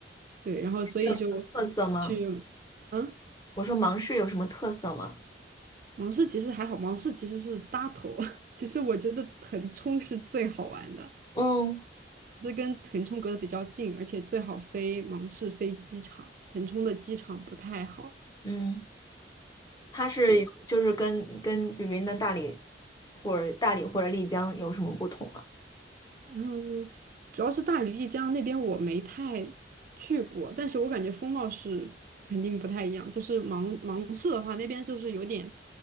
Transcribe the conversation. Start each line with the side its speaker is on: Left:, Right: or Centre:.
Right: 对，然后所以就
Left: 有什么特色吗？
Right: 去，嗯。
Left: 我说芒市有什么特色吗？
Right: 芒市其实还好，芒市其实是大头，<laughs> 其实我觉得腾冲是最好玩的，
Left: 嗯
Right: 是跟腾冲隔得比较近，而且最好飞芒市飞机场，腾冲的机场不太好。
Left: 嗯，它是有就是跟跟云南大理
Right: 对，
Left: 或者大理或者丽江有什么不同吗？
Right: 然后主要是大理、丽江那边我没太去过，但是我感觉风貌是肯定不太一样。就是芒芒市的话，那边就是有点